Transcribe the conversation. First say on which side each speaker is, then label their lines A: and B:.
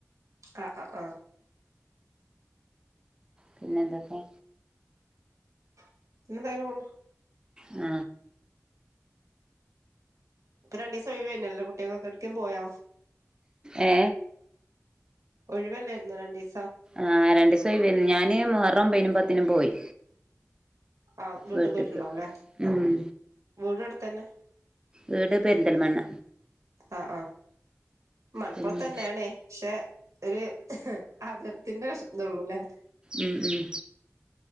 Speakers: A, on the right; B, on the right.
A: ആ ആ ആഹ
B: പിന്നെ എന്തൊക്കെ
A: <unintelligible>
B: ആ
A: ഇപ്പൊ രണ്ടീസം ഒഴിവെയ്‌നല്ലോ കുട്ടിയാക്കൊക്കെ എവിടുക്കേലും പോയോ
B: ഏ
A: ഒഴിവല്ലായിരുന്നോ രണ്ടീസം
B: ആ രണ്ടീസം ഒഴിവെയ്‌ന്നു ഞാന്ന് മുഹറം ഒമ്പിനും പത്തിനും പോയി
A: ആ വീട്ടിക്ക്
B: വീട്ട്ക്ക്
A: പോയിട്ടുണ്ടാവുല്ലേ
B: ഉം
A: വീട് അടുത്തന്നെ
B: വീട് പെരിന്തൽമണ്ണ
A: ആ ആ മലപ്പുറത്തന്നെണ്ണയ്യ്
B: പിന്നെ
A: പക്ഷെ ഒരു ഹ്ഹ് അതിർത്തിന്റെ ഇത് ഉള്ളുല്ലേ
B: ഉം ഉം